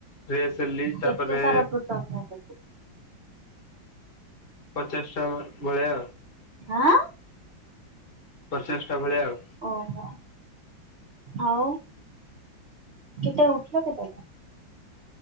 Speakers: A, on the left (about 35°); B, on the right (about 60°).
A: ଫ୍ରେଶ ହେଲି ତାପରେ
B: କେତେ ଥର ପୁସଅପ୍ ମାରିଲକି?
A: ପଚାଶ ଟା ଭଳିଆ
B: ଆଁ?
A: ପଚାଶ ଟା ଭଳିଆ ଆଉ
B: ଓହୋ ଆଉ କେତେବେଳେ ଉଠିଲ କେତେବେଳେ